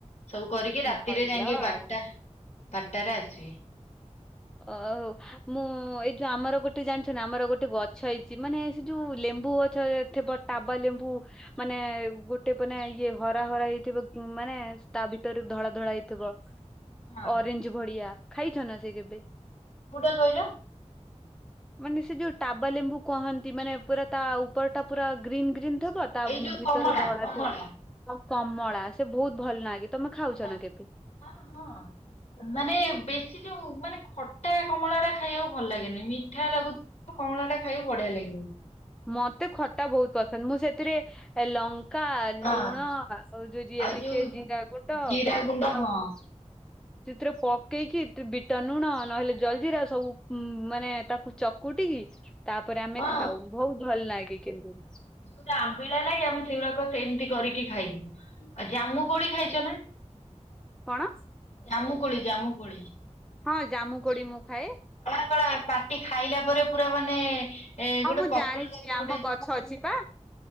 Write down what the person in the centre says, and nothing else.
ଭଲ
ଆଉ।
ଓହୋ ମୁଁ ଏଇ ଯୋଉ ଆମର ଗୋଟେ ଜାଣିଛ ନା ଆମର ଗୋଟେ ଗଛ ହେଇଚି। ମାନେ ସେ ଯୋଉ ଲେ ଲେମ୍ବୁ ଗଛ ଥିବ ଟାବା ଲେମ୍ବୁ ମାନେ ଗୋଟେ ପନେ ଇଏ ହରା ହରା ହେଇଥିବ। ଉଁ ମାନେ ତା ଭିତରେ ଧଳା ଧଳା ହେଇଥିବ
ଅରେଞ୍ଜ ଭଳିଆ ଖାଇଛ ନା ସେ କେବେ?
ମାନେ ସେ ଯୋଉ ଟାବା ଲେମ୍ବୁ କୁହନ୍ତି ମାନେ ପୁରା ତା ଉପର ଟା ପୁରା ଗ୍ରୀନ୍ ଗ୍ରୀନ୍ ଥିବ ତା
ଭିତରେ
ଧଳା
ଥି ଆଉ କମଳା ସେ ବହୁତ ଭଲ ଲାଗେ। ତମେ ଖାଉଛ
କେବେ?
ମତେ ଖଟା ବହୁତ ପସନ୍ଦ ମୁଁ ସେଥିରେ ଲ ଙ୍କା,
ଲୁଣ ଆଉ ଯୋଉ ଯିଏ
ଟିକେ
ଜିରା ଗୁଣ୍ଡ
ସେ ସବୁ
ଯୋଉ ସେଥିରେ ପକେଇକି ଦ୍ ବିଟ ଲୁଣ ନହେଲେ ଜଲଜିିରା ସବୁ ଉଁ ମାନେ ତାକୁ ଚକ କୁଟିକି ତା ପରେ ଆମେ
ଖାଉ ବହୁତ ଭଲ ଲାଗେ କିନ୍ତୁ।
କଣ?
ହଁ ଜାମୁ କୋଡି ମୁଁ ଖାଏ।
ହଁ
ମୁଁ
ଜାଣିଛି
ଆମ ଗଛ ଅଛି ପା